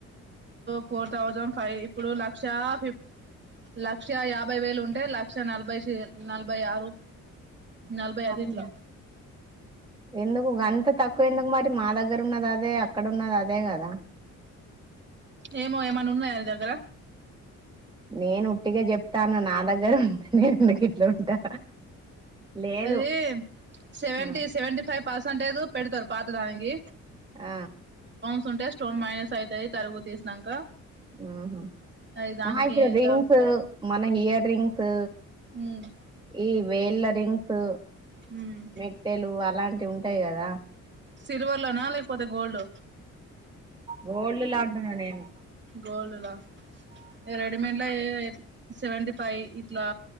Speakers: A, on the right; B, on the right.
A: ఫోర్ థౌజండ్ ఫైవ్ ఇప్పుడు లక్ష ఫఫ లక్ష యాభై వేలు ఉంటే లక్ష నలభై నలభై ఆరు నలభై
B: అవును
A: అది ఇట్లా
B: ఎందుకు అంత తక్కువ ఎందుకు మరి మా దగ్గర ఉన్నది అదే అక్కడ ఉన్నది అదే కదా
A: ఏమో ఏమనా ఉన్నాయా ని దగ్గర
B: నేను ఉట్టిగా చెప్తా నా నా దగ్గర ఉంటే నేను ఎందుకు ఇట్లా ఉంటా లేదు
A: అది సెవెంటీ
B: ఆ
A: సెవెంటీ ఫైవ్ పర్సెంటేజ్ పెడతారు పాత దానికి
B: ఆ
A: స్తుంటే స్టోన్ మైనస్ అవుతది తరుగు తీసినాక
B: ఆహ
A: అది దానికి
B: ఆ ఇప్పుడు
A: ఎంత
B: రింగ్స్ మన ఇయర్ రింగ్స్
A: ఉమ్
B: ఇవేల డ్రింక్స్
A: ఉమ్
B: మెట్టెలు అలాంటివి ఉంటాయి కదా
A: సిల్వర్ లోనా లేకపోతే గోల్డ్
B: గోల్డ్ లా అంటున్న నిను
A: గోల్డ్ లా రెడీమేడ్ లో సెవెీ ఫైవ్ ఇట్లా